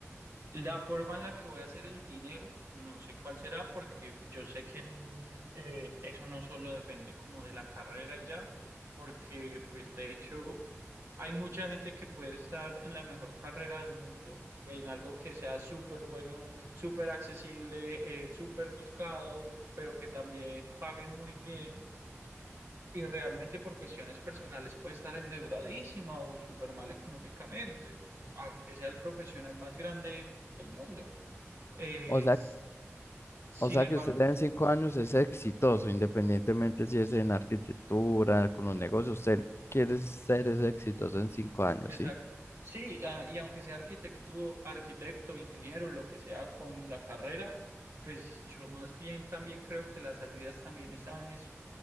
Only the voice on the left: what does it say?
o sea,
o sea
que usted en cinco años es exitoso, independientemente si es en arquitectura, con los negocios, usted quiere ser ese exitoso en cinco años,
¿sí?